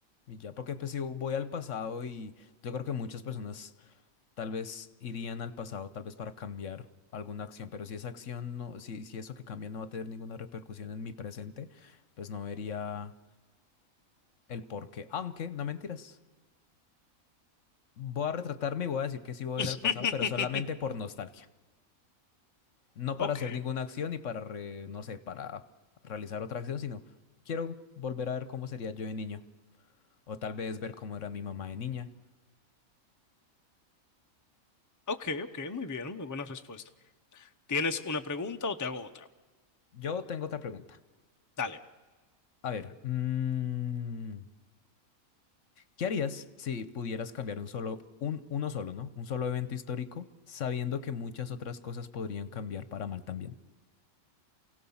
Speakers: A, on the left; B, on the left.
A: y ya, porque pues si voy al pasado y yo creo que muchas personas tal vez irían al pasado, tal vez para cambiar alguna acción, pero si esa acción no, si, si eso que cambia no va a tener ninguna repercusión en mi presente, pues no vería el porqué. Aunque, no mentiras, voy a retratarme y voy a decir que sí voy
B: <laughs>
A: a ir al pasado, pero solamente por nostalgia. No
B: Ok,
A: para hacer ninguna acción y para, re- no sé, para realizar otra acción, sino quiero volver a ver cómo sería yo de niño, o tal vez ver cómo era mi mamá de niña.
B: ok, ok, muy bien, muy buena respuesta. ¿Tienes una pregunta o te hago otra?
A: Yo tengo otra pregunta.
B: Dale.
A: A ver, mm, ¿Qué harías si pudieras cambiar un solo, un, uno solo, ¿no? Un solo evento histórico, sabiendo que muchas otras cosas podrían cambiar para mal también?